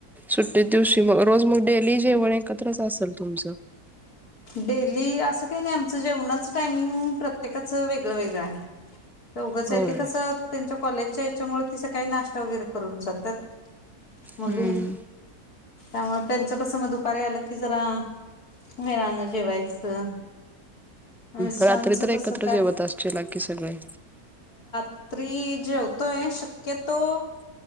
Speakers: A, in the centre; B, on the left.
A: सुट्टी दिवशी मग रोज मग, डेली जेवण एकत्रच असेल तुमचं.
B: डेली असं काही नाही आमचं जेवणाच टायमिंग, प्रत्येकाचं वेगळं वेगळं हाय. चवघच
A: होय.
B: आहे ते कसं त्यांच्या कॉलेजच्या हेचा मुळे सकाळी नाश्ता वगैरे करून जातात्या. मुली
A: हम्म
B: त्यामुळे त्यांच कस मग दुपारी आलं की जरा वेळान, जेवायचं, मिस्टरांचं
A: रात्री तर एकत्र
B: कसं काय
A: जेवत असचीला की सगळी.
B: रात्री जेवतोय शक्यतो,